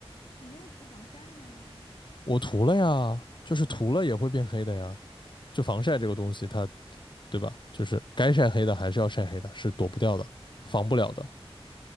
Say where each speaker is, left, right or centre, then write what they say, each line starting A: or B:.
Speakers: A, on the left; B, on the left.
A: 你没有涂防晒吗？
B: 我涂了呀，就是涂了也会变黑的呀。就防晒这个东西它，对吧？就是该晒黑的还是要晒黑的，是躲不掉的，防不了的。